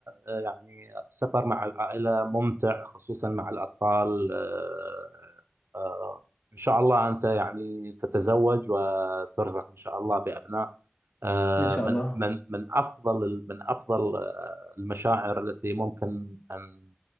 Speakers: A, on the right; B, on the left.
A: آه، يعني السفر مع العائلة ممتع خصوصا مع الأطفال آه، آه، إن شاء الله أنت يعني تتزوج وترزق إن شاء الله بأبناء آه،
B: إن شاء
A: من
B: الله
A: من من أفضل من أفضل آه، المشاعر التي ممكن أن